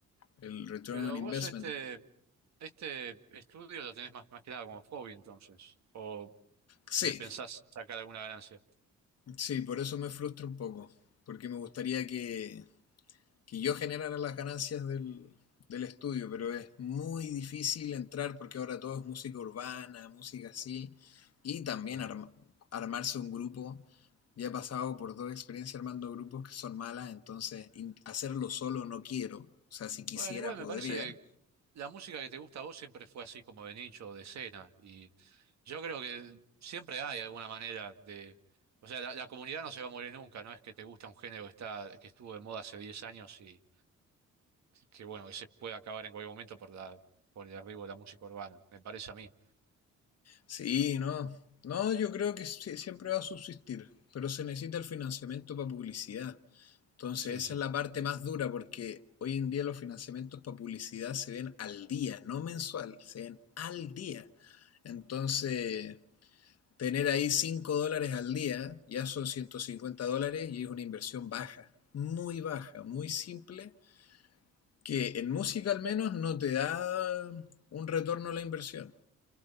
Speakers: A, on the left (about 55°); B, on the right (about 65°).
A: el Return
B: Pero
A: on Investment.
B: vos este, este estudio lo tenés más, más que nada como hobby entonces, o
A: Sí,
B: le pensás sacar alguna ganancia.
A: sí, por eso me frustra un poco, porque me gustaría que que yo generara las ganancias del, del estudio, pero es muy difícil entrar porque ahora todo es música urbana, música así, y también
B: Sí.
A: arma- armarse un grupo. Ya he pasado por dos experiencias armando grupos que son malas, entonces hacerlo solo no quiero. O sea, si quisiera
B: Bueno, igual
A: podría.
B: me parece, la música que te gusta a vos siempre fue así como de nicho, o de escena, y yo creo que siempre hay alguna manera de, o sea, la, la comunidad no se va a morir nunca, no es que te gusta un género que está, que estuvo de moda hace 10 años y que bueno, que se puede acabar en cualquier momento por la, por el arribo de la música urbana, me parece a mí.
A: Sí, no. No, yo creo que sí- siempre va a subsistir, pero se necesita el financiamiento para publicidad. Entonces,
B: Sí,
A: esa
B: sí,
A: es
B: está
A: la parte más dura porque hoy en día los financiamientos para publicidad se ven al día, no mensual, se ven al día. Entonces, tener ahí 5 dólares al día ya son 150 dólares y es una inversión baja, muy baja, muy simple, que en música al menos no te da un retorno a la inversión.